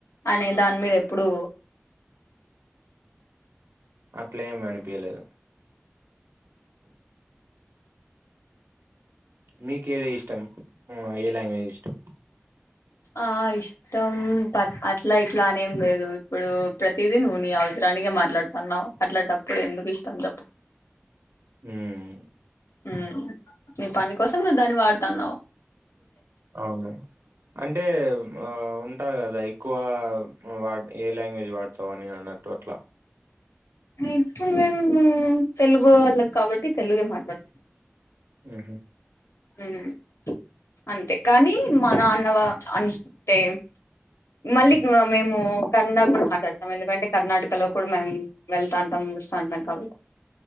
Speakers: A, on the left; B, on the right.
A: అనే దాన్ మీదెప్పుడూ
B: అట్లేం అనిపీయలేదు మీకు ఏది ఇష్టం ఓ ఏ లాంగ్వేజ్ ఇష్టం
A: ఆ ఇష్టం ప అట్ల ఇట్ల అనేం లేదు ఇప్పుడు ప్రతిదీ నువ్వు నీ అవసరానికే మాట్లాడ్తాన్నావ్ అట్లాటప్పుడు ఎందుకిష్టం చెప్పు.
B: ఉమ్
A: ఉమ్ నీ పని కోసం నువ్ దాన్ని వాడ్తన్నావ్.
B: ఔను అంటే ఉమ్ ఆ ఉ. ఉంటాద్ కద ఎక్కువా వ ఏ లాంగ్వేజ్ వాడ్. వోని అన్నట్టు అట్ల.
A: ఇప్పుడు మెమ్మూ తెలుగు వాళ్ళక్ కాబట్టి తెలుగే మాట్లాడ్.
B: ఉహు
A: ఉమ్ అంతె కానీ మన అన్నవ అన్ టే మళ్ళిగ్ మేము కన్డ కూడ్ మాట్లాడుతామెందుకంటే కర్ణాటకలో కూడ మేమ్ వెళ్తాంటాం వస్తాంటాం కాబట్టి.